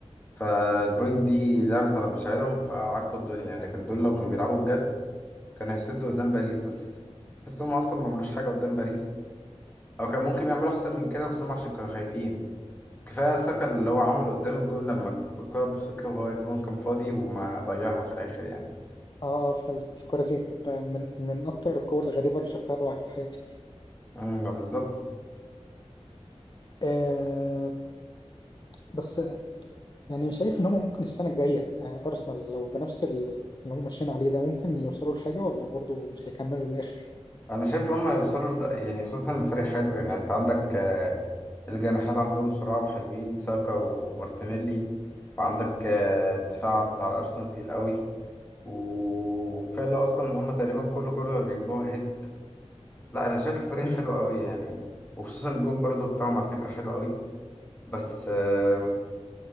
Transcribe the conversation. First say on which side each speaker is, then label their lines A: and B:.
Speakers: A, on the left; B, on the left.
A: فالبوينت دي لعبت على مشاعرهم فعكوا الدنيا لكن دول لو كانوا بيلعبوا بجد كانوا هيسدوا قدام باريس بس تحس إن هم أصلا ما عملوش حاجة قدام باريس أو كان ممكن يعملوا أحسن من كده بس هم عشان كانوا خايفين كفاية ساكا اللي هو عمله قدام الجون لما الكرة بصيت له وهو الجون كان فاضي وما ضيعها في الآخر يعني
B: اه فالكرة دي كانت من من أكتر الكور الغريبة اللي شفتها ضاعت في حياتي
A: امم ما بالظبط
B: آه بس يعني شايف ان هم ممكن السنه الجايه آه ارسنال لو بنفس ال- اللي هم ماشيين عليه ده ممكن يوصلوا لحاجه ولا برضو مش هيكملوا للاخر
A: أنا شايف لما يوصلوا لده يعني خصوصا الفريق حلو يعني أنت عندك آه، الجناحات عندهم سرعة وحلوين ساكا ومارتينيلي وعندك آه، الدفاع بتاع الأرسنال تقيل قوي وكفايه اللي هو اصلا ان هم تقريبا كل كورنر بيجيبوها هيد لا انا شايف الفريق
B: مم.
A: حلو قوي يعني وخصوصا الجون برضو بتاعهم على فكره حلو قوي بس آم،